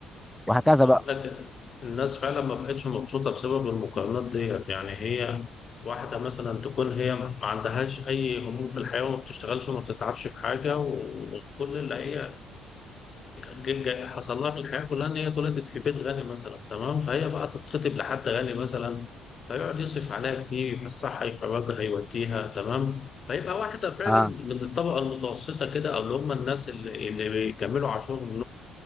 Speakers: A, in the centre; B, on the left.
A: وهكذا
B: انا
A: بقى
B: قلت لك الناس فعلا ما بقتش مبسوطه بسبب المقارنات ديت يعني هي واحده مثلا تكون هي ما عندهاش اي هموم في الحياه وما بتشتغلش وما بتتعبش في حاجه و- وكل اللي هي جي- جي- حصل لها في الحياه كلها ان هي اتولدت في بيت غني مثلا تمام فهي بقى تتخطب لحد غني مثلا فيقعد يصرف عليها كتير يفسحها يخرجها يوديها تمام فيبقى واحده فعلا
A: اه
B: من الطبقه المتوسطه كده او اللي هم الناس اللي اللي بيكملوا عاشورهم